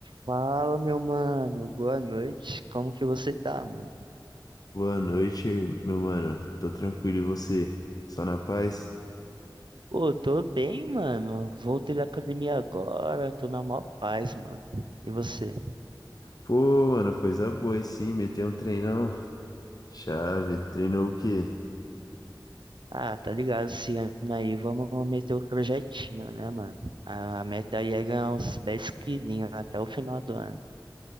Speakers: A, on the right; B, on the left.
A: Fala, meu mano. Boa noite. Como que você tá, mano?
B: Boa noite, meu mano. Tô tranquilo e você? Só na paz?
A: Pô, tô bem, mano. Voltei da academia agora. Tô na maior paz, mano. E você?
B: Pô, mano, coisa boa, aí sim, meteu um treinão. Chave, treinou o quê?
A: Ah, tá ligado, esse ano aí. Vamos meter o projetinho, né, mano? A meta aí é ganhar uns 10 quilinhos até o final do ano.